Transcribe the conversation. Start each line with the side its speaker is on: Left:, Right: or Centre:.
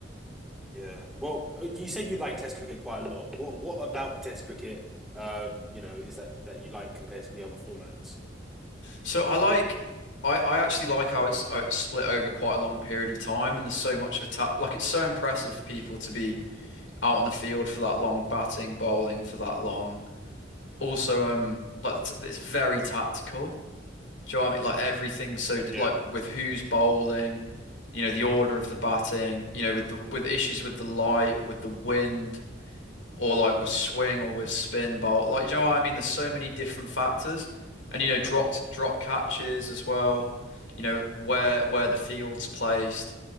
Centre: yeah. Well, uh, you said you like Test cricket quite a lot. What what about Test cricket? Um, you know, is that that you like compared to the other formats?
Left: So I like I, I actually like how it's, uh, it's split over quite a long period of time and there's so much of a ta like it's so impressive for people to be out on the field for that long, batting, bowling for that long. Also, um, like it's, it's very tactical. Do you know what I mean? Like everything's so
Centre: Yeah.
Left: like with who's bowling, you know, the order of the batting, you know, with the with issues with the light, with the wind, or like with swing or with spin bowl. Like, do you know what I mean? There's so many different factors, and you know, dropped
Centre: Uh-huh.
Left: drop catches as well. You know, where where the field's placed.